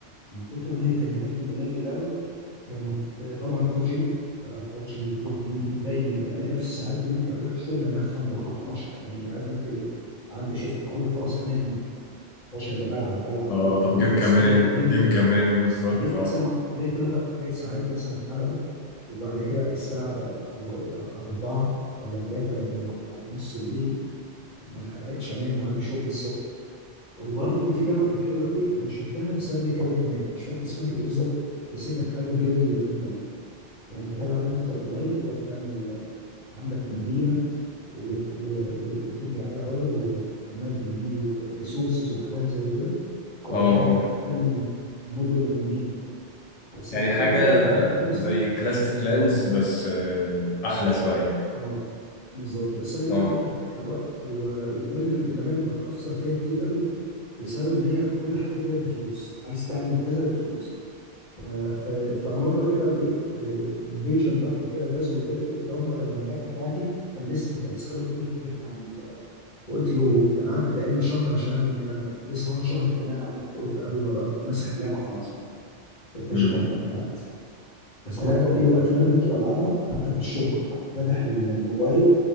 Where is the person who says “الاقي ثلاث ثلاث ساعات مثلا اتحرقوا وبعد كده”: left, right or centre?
Left